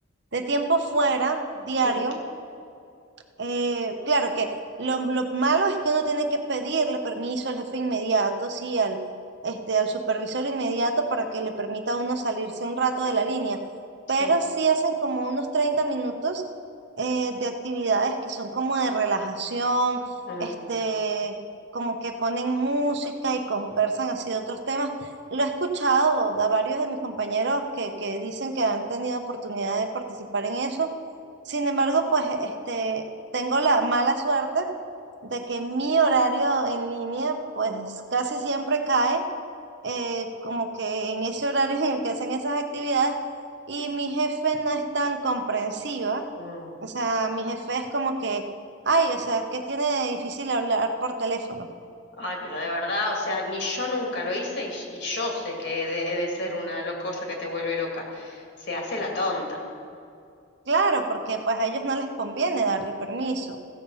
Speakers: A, on the right (about 60°); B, on the left (about 60°).
A: de tiempo fuera, diario,
B: Ujú, mm,
A: eh, claro que lo, lo malo es que uno tiene que pedirle permiso al jefe inmediato, sí, al, este, al supervisor inmediato para que le permita a uno salirse un rato de la línea.
B: sí,
A: Pero sí hacen como unos 30 minutos eh, de actividades que son como de relajación,
B: mm,
A: este, como que ponen música y conversan así de otros temas. Lo he escuchado a varios de mis compañeros que, que dicen que han tenido oportunidad de participar en eso. Sin embargo, pues este tengo la mala suerte de que mi horario en línea pues casi siempre cae eh, como que en ese horario <laughs> en el que hacen esas actividades y mi jefe no es tan comprensiva.
B: mm.
A: O sea, mi jefe es como que, ay, o sea, ¿qué tiene de difícil hablar por teléfono?
B: Ay, pero de verdad, o sea, ni yo nunca lo hice y, y yo sé que debe ser una lo- cosa que te vuelve loca. Se hace la tonta.
A: Claro, porque pues a ellos no les conviene darle permiso.